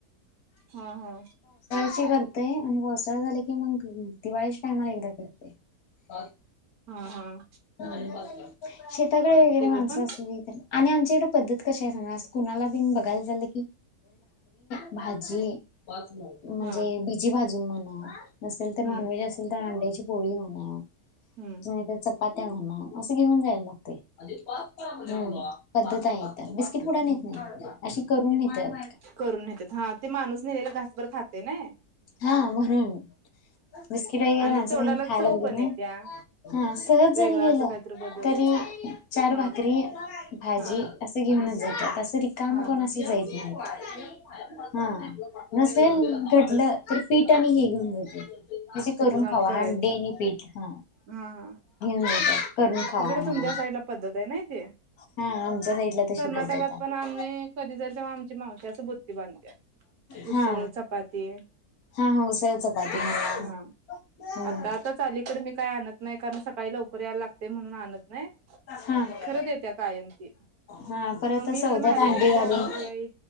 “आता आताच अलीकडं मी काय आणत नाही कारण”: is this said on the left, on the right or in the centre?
Right